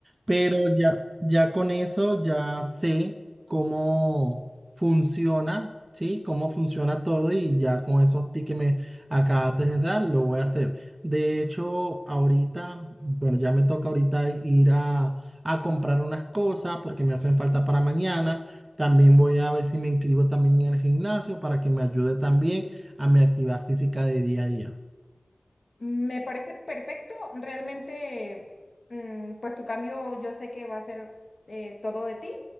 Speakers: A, on the right (about 45°); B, on the left (about 65°).
A: Pero ya, ya con eso ya sé cómo funciona, ¿sí? Cómo funciona todo y ya con esos tips que me acabaste de dar, lo voy a hacer. De hecho, ahorita, bueno, ya me toca ahorita ir a, a comprar unas cosas porque me hacen falta para mañana. También voy a ver si me inscribo también en el gimnasio para que me ayude también a mi actividad física de día a día.
B: Me parece perfecto. Realmente, mm, pues tu cambio yo sé que va a ser eh, todo de ti.